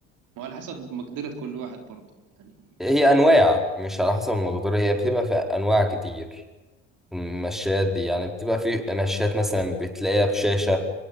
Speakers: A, on the right; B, in the centre.
A: وعلى حسب مقدرة كل واحد برضه يعني
B: هي انواع مش على حسب المقدار هي بتبقى في انواع كتير المشات دي يعني بتبقى في مشات مثلا بتلاقيها بشاشة